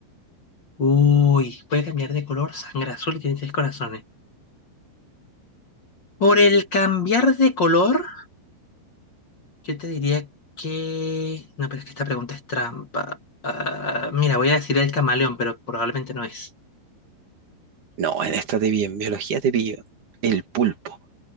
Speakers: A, on the left; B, on the right.
A: Uy, puede cambiar de color, sangre azul y tiene seis corazones. Por el cambiar de color, yo te diría que... No, pero es que esta pregunta es trampa. Ah, mira, voy a decir el camaleón, pero probablemente no es.
B: No, en esta te vi, en biología te pillo. El pulpo.